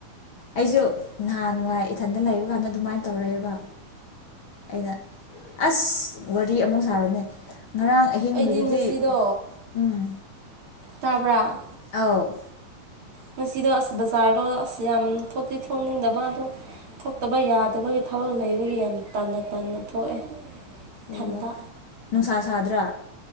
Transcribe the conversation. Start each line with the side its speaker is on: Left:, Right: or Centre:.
Left: ꯑꯩꯁꯨ ꯅꯍꯥꯟꯋꯥꯏ ꯏꯊꯟꯗ ꯂꯩꯕ ꯀꯥꯟꯗ ꯑꯗꯨꯃꯥꯏꯅ ꯇꯧꯔꯛꯑꯦꯕ ꯑꯩꯅ ꯑꯁ ꯋꯥꯔꯤ ꯑꯃꯨꯛ ꯁꯥꯕꯅꯦ ꯉꯔꯥꯡ ꯑꯍꯤꯡꯒꯤꯗꯨꯗꯤ
Right: ꯑꯩꯗꯤ ꯉꯁꯤꯗꯣ
Left: ꯎꯝ
Right: ꯇꯥꯕ꯭ꯔꯥ
Left: ꯑꯧ
Right: ꯉꯁꯤꯗꯣ ꯑꯁ ꯕꯖꯥꯔꯗꯣ ꯑꯁ ꯌꯥꯝ ꯊꯣꯛꯇꯤ ꯊꯣꯛꯅꯤꯡꯗꯕ ꯑꯗꯣ ꯊꯣꯛꯇꯕ ꯌꯥꯗꯕꯒꯤ ꯊꯕꯛ ꯂꯩꯕꯒꯤ ꯌꯥꯝ ꯇꯟꯅ ꯇꯟꯅ ꯊꯣꯛꯑꯦ ꯏꯊꯟꯇ
Left: ꯑꯣ ꯅꯨꯡꯁꯥ ꯁꯥꯗ꯭ꯔꯥ